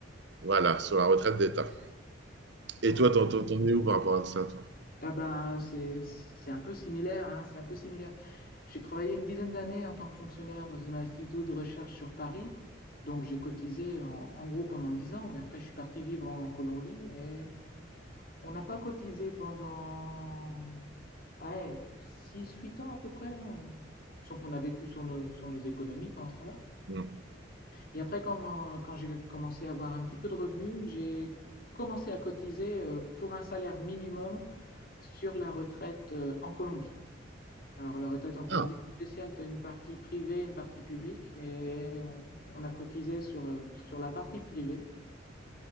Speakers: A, on the right; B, on the left.
A: voilà, sur la retraite d'État.
B: Ah,
A: Et toi, t'en, t'en- t'en es où par rapport à ça, toi?
B: ah ben c'est c'est un peu similaire, hein, c'est un peu similaire. J'ai travaillé une dizaine d'années en tant que fonctionnaire dans un institut de recherche sur Paris, donc j'ai cotisé en, en gros pendant 10 ans, mais après je suis parti vivre en, en Colombie et on n'a pas cotisé pendant Ah Ouais, six huit ans à peu près, hein. Sauf qu'on a vécu sur nos, sur nos économies pendant ce temps-là.
A: Hmm.
B: Et après, quand, mon- quand j'ai commencé à avoir un petit peu de revenus, j'ai commencé à cotiser euh, pour un salaire minimum sur la retraite euh, en Colombie. Alors, la retraite en Colombie,
A: Ah.
B: c'est spécial, tu as une partie privée, une partie publique, et on, on a cotisé sur, euh, sur la partie privée.